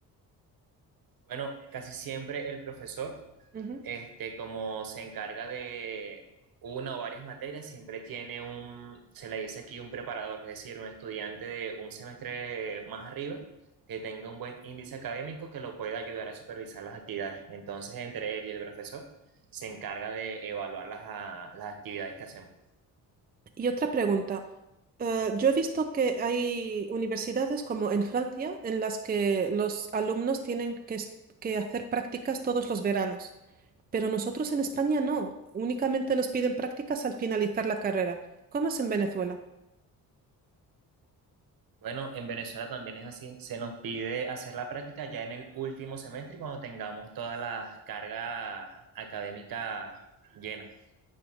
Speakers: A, on the right; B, on the right.
A: Bueno, casi siempre el profesor
B: Ujú.
A: este, como se encarga de una o varias materias, siempre tiene un, se le dice aquí un preparador, es decir, un estudiante de un semestre más arriba que tenga un buen índice académico que lo pueda ayudar a supervisar las actividades. Entonces, entre él y el profesor se encarga de evaluar las, a- las actividades que hacemos.
B: Y otra pregunta. Eh, yo he visto que hay universidades como en Francia en las que los alumnos tienen que, es- que hacer prácticas todos los veranos, pero nosotros en España no. Únicamente nos piden prácticas al finalizar la carrera. ¿Cómo es en Venezuela?
A: Bueno, en Venezuela también es así. Se nos pide hacer la práctica ya en el último semestre y cuando tengamos todas las cargas académicas llenas.